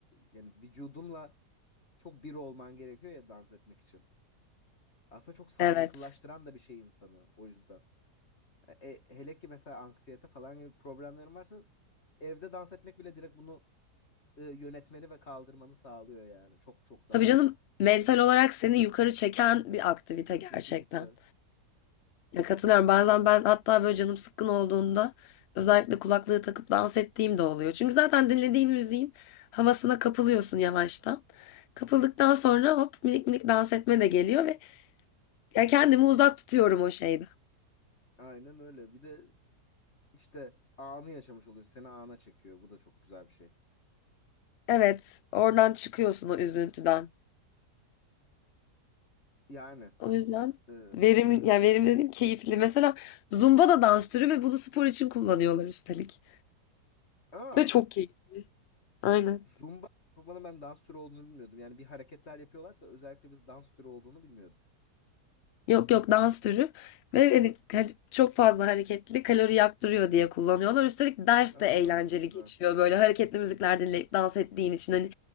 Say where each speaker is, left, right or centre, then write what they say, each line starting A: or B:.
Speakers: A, on the left; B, on the left.
A: yani vücudunla çok bir olman gerekiyor ya dans etmek için. Aslında çok sağlıklılaştıran
B: Evet.
A: da bir şey insanı o yüzden. E, hele ki mesela anksiyete falan gibi problemlerin varsa evde dans etmek bile direkt bunu e, yönetmeni ve kaldırmanı sağlıyor yani. Çok çok daha
B: Tabii canım mental olarak seni yukarı çeken bir aktivite gerçekten.
A: kesinlikle.
B: Ya katılıyorum. Bazen ben hatta böyle canım sıkkın olduğunda özellikle kulaklığı takıp dans ettiğim de oluyor. Çünkü zaten dinlediğin müziğin havasına kapılıyorsun yavaştan. Kapıldıktan sonra hop minik minik dans etme de geliyor ve ya kendimi uzak tutuyorum o şeyden.
A: Aynen öyle. Bir de işte anı yaşamış oluyor. Seni ana çekiyor. Bu da çok güzel bir şey.
B: Evet, oradan çıkıyorsun o üzüntüden.
A: Yani.
B: O
A: heh.
B: yüzden
A: Ee,
B: verimli, yani verimli dedim keyifli. Mesela Zumba da dans türü ve bunu spor için kullanıyorlar üstelik.
A: aa,
B: Ve çok keyif. Aynen.
A: Zumba. Zumba'nın ben dans türü olduğunu bilmiyordum. Yani bir hareketler yapıyorlar da özellikle biz dans türü olduğunu bilmiyordum.
B: Yok yok dans türü. Ve hani ka- çok fazla hareketli kalori yaktırıyor diye kullanıyorlar. Üstelik ders
A: Aa,
B: de eğlenceli
A: güzel.
B: geçiyor. Böyle hareketli müzikler dinleyip dans ettiğin için hani